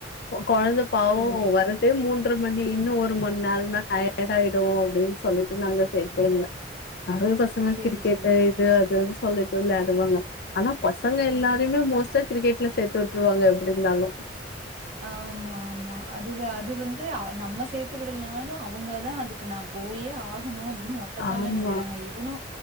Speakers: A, on the left; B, on the right.
A: கொழந்த பாவ
B: ஓ
A: வரதே மூன் றமணி இன்னு ஒரு மணி நேரம்ன டயர்ட் ஆயிடு அப்படின்னு சொல்லிட்டு நாங்க சேகலங்க அதுதா <unintelligible>
B: சேரி
A: கிரிக்கெட்
B: சேரி
A: இது அது சொல்லிட்டு விளயாடுவாங்க ஆனா பசங்க எல்லாரையுமே
B: ம்
A: மோஸ்டா கிரிக்கெட்ல சேர்த்து விட்டுருவாங்க எப்டி இருந்தாலு
B: ஆமா ஆமா அதுத அது வந்து அ நம்ம சேர்த்து விடலனாலு அவங்கதா அதுக்கு ந போயே ஆகணு அப்படின்னு ஒத்தக்கால்ல
A: ஆமா
B: நிக்கறாங்க இவனு